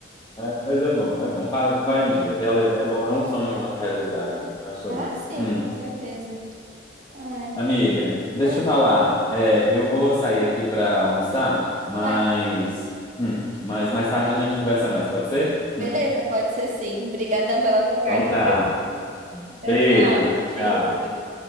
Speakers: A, on the left (about 25°); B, on the right (about 40°).
A: É, mas é bom, é bom. Fa- Vai um dia. Reali- É bom, é um sonho a realizar aí, né? Eu acho legal.
B: Ah, sim,
A: <clears throat>
B: com certeza. Ai.
A: Amiga, deixa
B: Oi,
A: eu falar. É, eu vou sair aqui pra almoçar, mas,
B: tá.
A: hum, mas mais tarde a gente conversa mais, pode ser?
B: Beleza,
A: Hum.
B: pode ser sim. Obrigadão pela conversa.
A: Então tá.
B: Tchau,
A: Beijo,
B: tchau.
A: tchau.
B: Beijo.